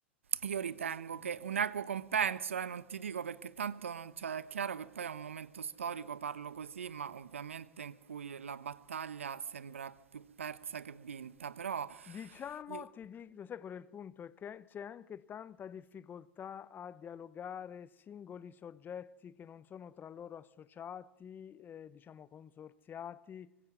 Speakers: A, on the right; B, on the left.
A: io ritengo che un equo compenso, eh, non ti dico perché tanto non, cioè, è chiaro che poi è un momento storico, parlo così, ma ovviamente in cui la battaglia sembra più persa che vinta, però...
B: Diciamo,
A: io-
B: ti dico, sai qual è il punto? È che c'è anche tanta difficoltà a dialogare singoli soggetti che non sono tra loro associati, eh, diciamo consorziati,